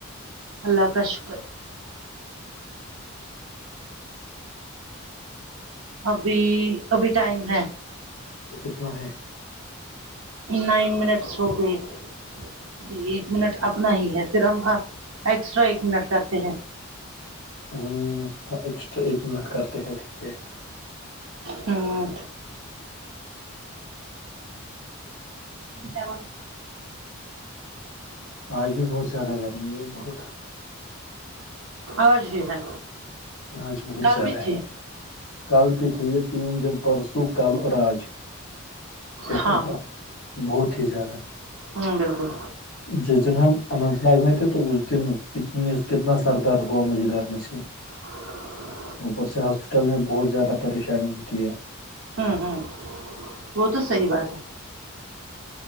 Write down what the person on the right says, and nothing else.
اللہ کا شکر ابھی ابھی ٹائم ہے
نائن منٹس ہو گئے ابھی ایک منٹ اپنا ہی ہے پھر ہم ایکسٹرا ایک منٹ کرتے ہیں
ہوں کیا
آج ہی ہے
کل
بھی تھی
ہاں
ہوں بالکل
جی
ہوں ہوں وہ تو صحی بات ہے